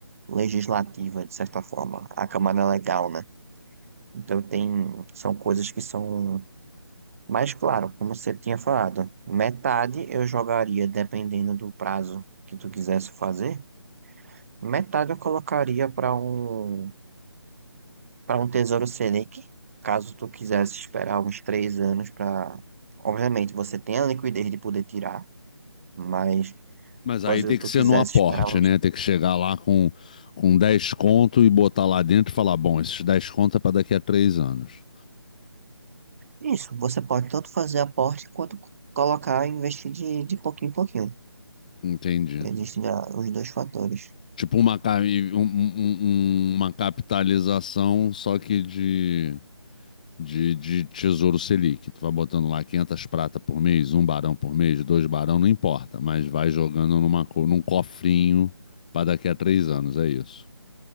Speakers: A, on the right; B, on the left.
A: legislativa, de certa forma, a camada legal, né? Então, tem, são coisas que são mais claro, como você tinha falado. Metade eu jogaria, dependendo do prazo que tu quisesse fazer, metade eu colocaria para um para um Tesouro Selic, caso tu quisesse esperar uns três anos para. Obviamente, você tem a liquidez de poder tirar, mas
B: Mas
A: caso
B: aí tem
A: tu
B: que ser
A: quisesse
B: no aporte,
A: esperar uns.
B: né? Tem que chegar lá com, com 10 conto e botar lá dentro e falar: bom, esses 10 conto é para daqui a três anos.
A: Isso, você pode tanto fazer aporte quanto co- colocar e investir de, de pouquinho em pouquinho.
B: Entendi.
A: Existem já os dois fatores.
B: Tipo uma, ca- um- um- um- uma capitalização, só que de de, de Tesouro Selic. Tu vai botando lá 500 prata por mês, um barão por mês, dois barão, não importa, mas vai jogando numa, co- num cofrinho para daqui a três anos, é isso.